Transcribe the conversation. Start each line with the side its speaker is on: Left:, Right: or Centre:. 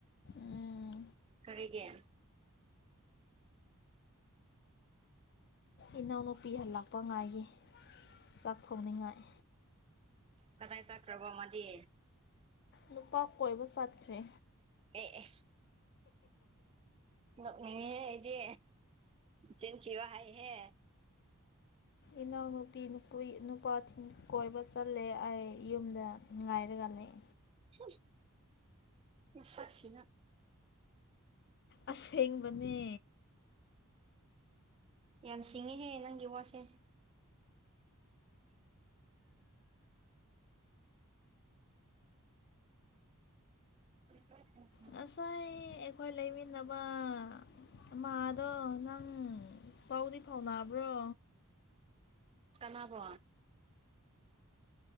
Left: ꯎꯝ
Right: ꯀꯔꯤꯒꯤ
Left: ꯏꯅꯥꯎꯅꯨꯄꯤ ꯍꯜꯂꯛꯄ ꯉꯥꯏꯒꯤ ꯆꯥꯛ ꯊꯣꯡꯅꯤꯡꯉꯥꯏ꯫
Right: ꯀꯗꯥꯏ ꯆꯈ꯭ꯔꯕ ꯃꯥꯗꯤ
Left: ꯅꯨꯄꯥ ꯀꯣꯏꯕ ꯆꯠꯈ꯭ꯔꯦ꯫
Right: ꯑꯦ-ꯑꯦ ꯅꯣꯛꯅꯤꯡꯉꯦ ꯑꯩꯗꯤ ꯆꯤꯟꯊꯤꯕ ꯍꯥꯏꯍꯦ
Left: ꯏꯅꯥꯎꯅꯨꯄꯤ ꯅꯨꯄꯨꯏ ꯅꯨꯄꯥꯊꯤꯟ ꯀꯣꯏꯕ ꯆꯠꯂꯦ ꯑꯩ ꯌꯨꯝꯗ ꯉꯥꯏꯔꯒ ꯂꯩ
Right: ꯍꯨꯡ ꯃꯁꯛꯁꯤꯅ
Left: ꯑꯁꯦꯡꯕꯅꯦ
Right: ꯌꯥꯝ ꯁꯤꯡꯉꯦꯍꯦ ꯅꯪꯒꯤ ꯋꯥꯁꯦ <unintelligible>
Left: ꯉꯁꯥꯏ ꯑꯩꯈꯣꯏ ꯂꯩꯃꯤꯟꯅꯕ ꯄ ꯑꯃꯥꯗꯣ ꯅꯪ ꯄꯥꯎꯗꯤ ꯐꯥꯎꯅꯥꯕ꯭ꯔꯣ
Right: ꯀꯅꯥꯕꯣ